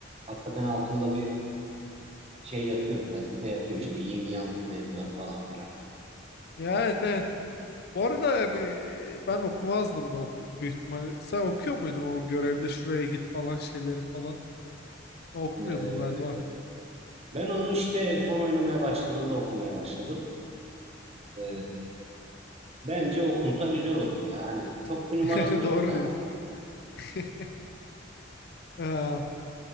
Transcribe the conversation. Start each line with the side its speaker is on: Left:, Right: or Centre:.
Right: Hakikaten altında bir şey yatıyor, felsefe yatıyor işte yin yang mevzuları falan filan.
Left: ya, evet evet. Bu arada hani e, ben okumazdım da ok- büyük ihtimalle. Sen okuyor muydun o görevde şuraya git falan şeyleri falan? Ben okumuyordum
Right: E,
Left: galiba.
Right: ben onu işte son oynamaya başladığımda okumaya başladım. E, bence okunsa güzel olur ya. Hani çok bir numarası
Left: <laughs>
Right: yok
Left: Doğru
Right: da
Left: diyorsun. <laughs> Ha.